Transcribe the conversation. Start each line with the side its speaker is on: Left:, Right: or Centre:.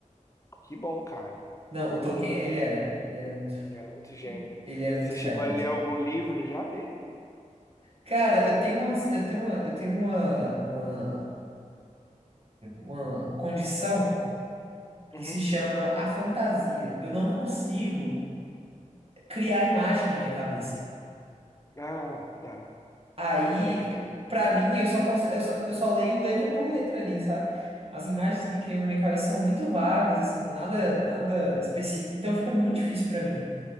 Left: Que bom, cara.
Right: Não, o Tolkien,
Left: Tolkien,
Right: ele era. Ele era muito,
Left: ele era muito gênio.
Right: ele era
Left: Você
Right: muito
Left: chegou
Right: fera
Left: a
Right: mesmo.
Left: ler algum livro já dele?
Right: Cara, eu tenho umas, eu tenho uma, eu tenho uma, uma, uma condição
Left: Uhum.
Right: que se chama a fantasia. Eu não consigo criar imagem na minha cabeça.
Left: Ah, tá.
Right: Aí,
Left: É pra ler.
Right: pra mim, eu só, conse- eu só, eu só leio letra por letra ali, sabe? As imagens que criam na minha cabeça são muito vagas, assim, nada, nada específico. Então fica muito difícil pra mim.